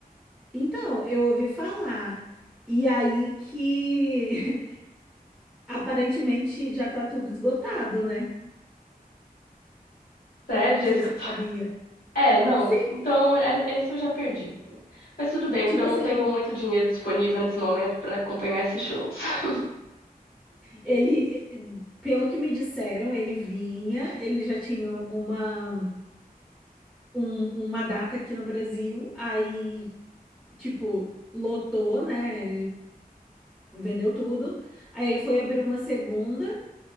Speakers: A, in the centre; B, on the left (about 75°).
A: Então, eu ouvi falar. E aí que <laughs> aparentemente já tá tudo esgotado, né?
B: Sério,
A: Não
B: já
A: sei
B: escutou?
A: se você sabia.
B: <laughs> É, não.
A: Sim,
B: Então, é- esse eu já perdi. Mas tudo bem,
A: tipo
B: porque eu não
A: assim,
B: tenho muito dinheiro disponível nesse momento pra acompanhar esses shows. <laughs>
A: ele, pelo que me disseram, ele vinha, ele já tinha uma, um- uma data aqui no Brasil, aí tipo, lotou, né? Vendeu tudo. Aí ele foi abrir uma segunda,